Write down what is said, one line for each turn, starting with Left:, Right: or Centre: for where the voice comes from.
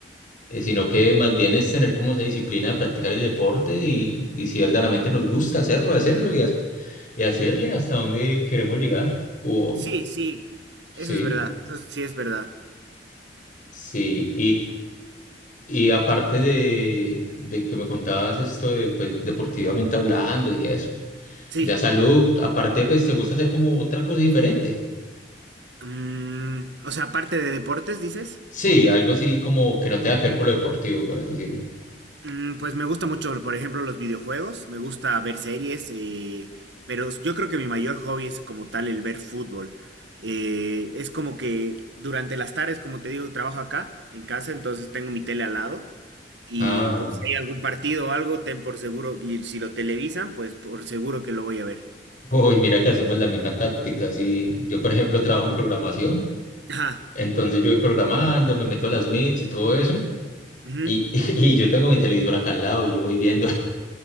Left: eh, sino que más bien es tener como esa disciplina de practicar el deporte y, y si verdaderamente nos gusta hacerlo, hacerlo y, ha- y hacerle hasta donde queremos llegar. O,
Right: sí, sí,
Left: sí,
Right: eso es verdad, eso sí es verdad.
Left: sí, Y aparte de, de que me contabas esto de, pues, deportivamente hablando y eso,
Right: Sí,
Left: ya salud, aparte, pues, ¿te gusta hacer como otra cosa diferente?
Right: mm, o sea, aparte de deportes, dices.
Left: Sí, algo así como que no tenga que ver con lo deportivo, por así decirlo.
Right: Mm, Pues me gusta mucho, por ejemplo, los videojuegos, me gusta ver series, eh, pero yo creo que mi mayor hobby es como tal el ver fútbol. Eh, es como que durante las tardes, como te digo, trabajo acá en casa, entonces tengo mi tele al lado y
Left: Ah,
Right: pues si hay algún partido o algo, ten por seguro, y si lo televisan, pues por seguro que lo voy a ver.
Left: <laughs> uy, mira que hacemos la misma táctica, sí. Yo, por ejemplo, trabajo en programación,
Right: Ajá.
Left: entonces yo voy programando, me meto a las meets y todo eso,
Right: ujú.
Left: y, <laughs> y yo tengo mi televisor acá al lado y yo voy viendo.